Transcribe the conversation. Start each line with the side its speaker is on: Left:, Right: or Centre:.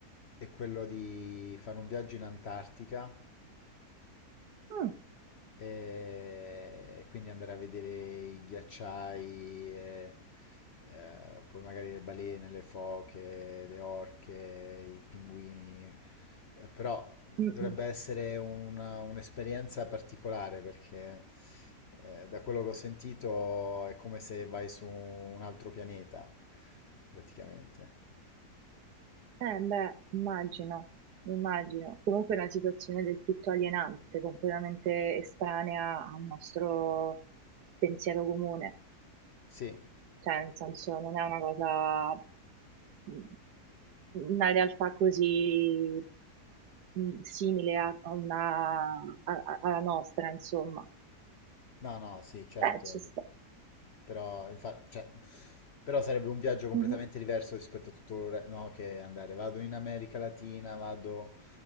Left: è quello di fare un viaggio in Antartica.
Right: mm,
Left: E quindi andare a vedere i ghiacciai, e, eh, poi magari le balene, le foche, le orche, i pinguini. Eh, Però
Right: mm,
Left: dovrebbe
Right: mm.
Left: essere una- un'esperienza particolare perché eh, da quello che ho sentito è come se vai su un altro pianeta, praticamente.
Right: Eh, beh, immagino, immagino. Comunque è una situazione del tutto alienante, completamente estranea al nostro pensiero comune.
Left: Sì,
Right: Cioè, nel senso, non è una cosa, mm, una realtà così mh, simile a, a una, a- a- alla nostra, insomma.
Left: no, no, sì, certo.
Right: Beh, ci sta.
Left: Però, infatti, cioè, però sarebbe un viaggio completamente
Right: Mhm.
Left: diverso rispetto a tutto il re- no, che andare. Vado in America Latina, vado,